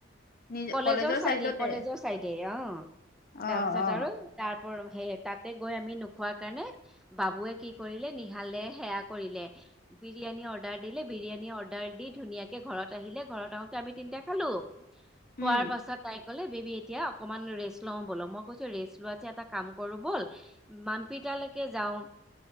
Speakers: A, on the left (about 45°); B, in the centre.
A: নিজ
B: কলেজৰ চাইডে
A: চাইডতে
B: কলেজৰ চাইডে অ',
A: অ
B: তাৰপিছত
A: অ
B: আৰু তাৰ সে তাতে গৈ আমি নোখোৱা কাৰণে বাবুৱে কি কৰিলে নিহালে সেয়া কৰিলে বিৰিয়ানী অৰ্ডাৰ দিলে বিৰিয়ানী অৰ্ডাৰ দি ধুনীয়াকে ঘৰত আহিলে ঘৰত আহোতে আমি তিনটা খালো। খোৱাৰ
A: উম
B: পাছত তাই ক'লে বেবী এতিয়া অকমান ৰেষ্ট লও বলো মই কৈছো ৰেষ্ট লোৱাতে এটা কাম কৰো ব'ল মাম্পিতালৈকে যাওঁ।